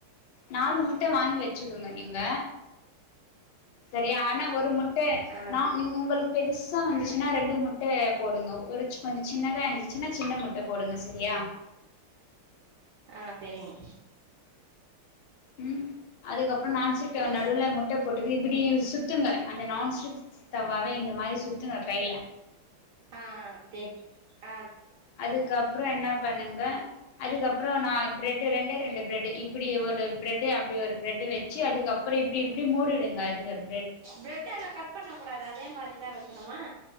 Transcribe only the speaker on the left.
நாலு முட்ட வாங்கி வச்சுக்கோங்க நீங்க சரியா ஆனா ஒரு முட் க்க
நா நீ உங்களுக் பெருசா வந்துச்சுன்னா ரெண்டு முட்ட போடுங்க ஒரு கொஞ்ச சின்னதா இருந்துச்சுன்னா சின்ன முட்ட போடுங்க செரியா ஆ
ம் அதுக்கப்பறோ நான்ச்சிட்டோ
நடுவுல முட்ட போட்டு இப்புடி சுத்துங்க அந்த நான்ஸ்டிக் தவாவே இந்த மாரி சுத்துங்க கையில
அதுக்கப்பறோ என்ன பண்ணுங்க. அதுக்கப்பறோ நா ப்ரெட்டு ரெண்டே ரெண்டு ப்ரெட் இப்டி ஒரு பிரெட் அப்டி ஒரு ப்ரெட் வச்சு அதுக்கப்பறோ இப்டி இப்டி மூடிடுங்க இந்தப்